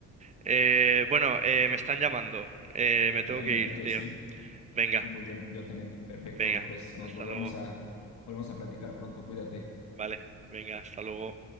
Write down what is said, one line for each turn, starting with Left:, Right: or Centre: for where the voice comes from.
Right: Eh, bueno, eh, me están llamando. Eh, me
Left: Dale,
Right: tengo que
Left: Enrique,
Right: ir, tío.
Left: sí.
Right: Venga,
Left: Muy bien, yo también. Perfecto.
Right: venga,
Left: Pues nos
Right: hasta
Left: volvemos
Right: luego.
Left: a, volvemos a platicar pronto. Cuídate.
Right: Vale, venga, hasta luego.